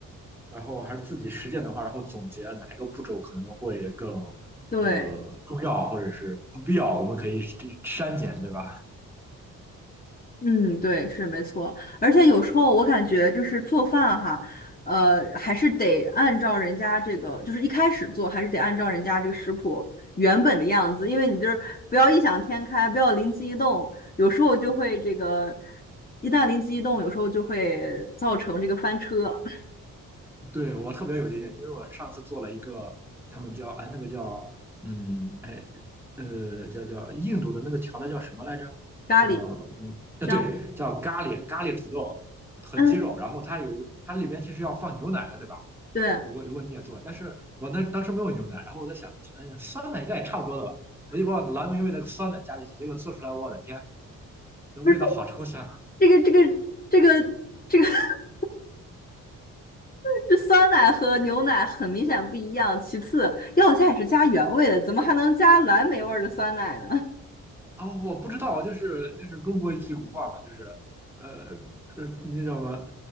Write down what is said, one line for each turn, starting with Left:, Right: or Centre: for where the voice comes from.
Centre: 然后还是自己实践的话，然后总结哪一个步骤可能会更，
Left: 对，
Centre: 呃，重要，或者是不必要，我们可以删减，对吧？
Left: 嗯，对，是没错。而且有时候我感觉就是做饭哈，呃，还是得按照人家这个，就是一开始做还是得按照人家这个食谱原本的样子，因为你就是不要异想天开，不要灵机一动，有时候就会这个，一旦灵机一动，有时候就会造成这个翻车。<laughs>
Centre: 对，我特别有经验，因为我上次做了一个，他们叫哎那个叫嗯哎呃叫叫印度的那个调料叫什么来着？
Left: 咖喱，
Centre: 叫嗯啊对，
Left: 香，
Centre: 叫咖喱咖喱土豆和鸡肉，
Left: 嗯，
Centre: 然后它有它里边其实要放牛奶的，对吧？
Left: 对，啊，
Centre: 如果如果你也做，但是我那当时没有牛奶，然后我在想，哎酸奶应该也差不多了吧，我就把我蓝莓味的酸奶加进去，结果做出来，我的天，那味道好抽象。
Left: 不是这个这个这个这个。<laughs> 这酸奶和牛奶很明显不一样。其次，要加也是加原味的，怎么还能加蓝莓味儿的酸奶呢？
Centre: 啊，我不知道，就是就是中国一句古话嘛，就是呃呃，那叫什么？